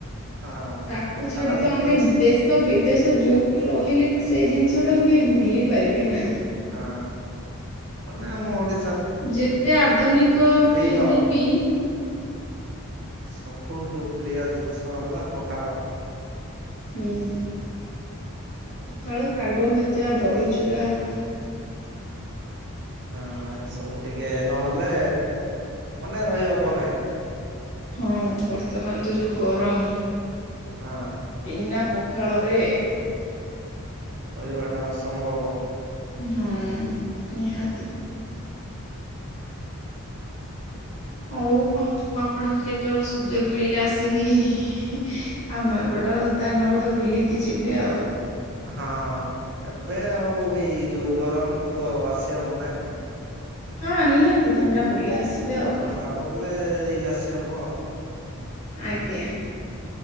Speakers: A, on the right (about 50°); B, on the left (about 30°).
A: ହଁ
B: ତାକୁ
A: ପଖାଳ
B: ଛାଡି ତ ଆମେ
A: ପ୍ରଚ୍
B: ଦେଶ୍ ଦେଶ ବିଦେଶ ଯୋଉଠି ରହିଲେ ବି ସେ ଜିନିଷଟାକୁ କେହି ଭୁଲି ପାରିବେ ନାହିଁ।
A: ହଁ। ମାନେ ଆମ ଓଡି
B: ଯେତେ ଆଧୁନିକ
A: ପ୍ରିୟ
B: ହେଲେ ବି
A: ସବୁଠୁ ପ୍ରିୟ ଜିନିଷ ହେଲା ପଖାଳ।
B: ହୁଁ। ପଖାଳ, ଶାଗ ଭଜା, ବଢି ଚୁରା, ଆ
A: ହଁ ସବୁ ଟିକେ ନହେଲେ ମାନେ ରହି ହବ ନାହିଁ।
B: ହଁ ବର୍ତ୍ତମାନ ତ ଯୋଉ ଗରମ।
A: ହଁ।
B: ବିନା ପଖାଳରେ।
A: ରହିବା ଟା ଅସମ୍ଭବ।
B: ହୁଁ ନିହାତି। ହଉ ଆଉ ମୁଁ ଆପଣଙ୍କୁ କେତେବେଳେ ସୁଯୋଗ ମିଳିଲେ ଆସିକି ହି ହି। ଆମ ଏପଟ ସ୍ଥାନ ଗୁଡ଼ା ବୁଲିକି ଯିବେ ଆଉ।
A: ହଁ ଏବେ ଆଉ ଏଇ ଯୋଉ ଗରମ କୁ ତ ଆସିହବ ନାଇ।
B: ହଁ ନିହାତି ଥଣ୍ଡା ପଡିଲେ ଆସିବେ।
A: ଏ
B: ଆଉ
A: ଥଣ୍ଡା ପଡିଲେ ଯାଇକି ଆସି ହବ ଆଉ।
B: ଆଜ୍ଞା।